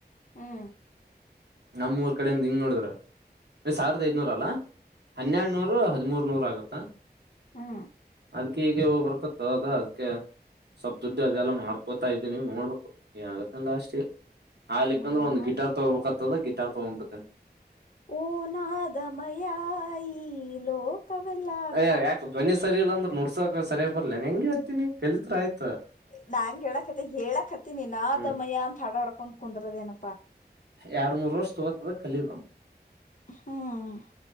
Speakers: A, on the left; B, on the right.
A: ಹ್ಮ್
B: ನಮ್ಮೂರು ಈ ಕಡೆಯಿಂದ ಹಿಂಗ ನೋಡ್ರ ನೀ ಸಾವಿರದ ಐದನೂರ ಅಲ್ಲಾ ಹನ್ನೆರಡುನೂರು ಹದಿಮೂರು ನೂರು ಆಗುತ್ತಾ
A: ಹ್ಮ
B: ಅದ್ ಈೀಗೆ ಹಬರ್ಕತ್ತ ಅದ ಅದ್ ಸೊಪ್ಪ ದುಡ್ಡು ಅದೆಲ್ಲ ಮಾಡ್ಕೋತಾ ಇದ್ದೀನಿ ನೋಡ್ಬೇಕು ಆಗತ್ತ ಲಾಸ್ಟ್ ಹಾಲಿಕ್
A: ಮಾಡ
B: ಅಂದ್ರೆ ಒಂದು
A: ಮಾಡ
B: ಗಿಟಾರ್ ತಗೋಬೇಕಕ್ತದ ಗಿ. ತ ಹ
A: ಓ ನಾದಮಯಾಇ ಲೋಕ ಲೋಕವಲ್ಲಾ ಅಂತ
B: ಅಯ್ಯ ಯಾಕ ಧ್ವನಿ ಸರಿ ಇಲ್ಲ ಅಂದ್ರ ನುಡ್ಸಕ ಸರಿಯಾಗಿ ಬರ್ಲೇ ಏನ ನಿಂಗ ಹೇಳತೀನಿ ಕಲ್ತ್ರ ಆಯತು
A: ನಾ ಹಂಗ ಹೇಳಕತ್ತ ಹೇಳಕತ್ತಿನ ನಾದಮಯ
B: ಹ್ಮ್
A: ಅಂತ ಹಾಡ ಹಾಡ್ಕೊಂತ ಕುಂದ ಕುಂದ್ರ ದೇನ
B: ಎರಡ್ ಮೂರ್ ವರ್ಷ ತಗೋತದ ಕಲಿಯುಗ
A: ಹ್ಮ್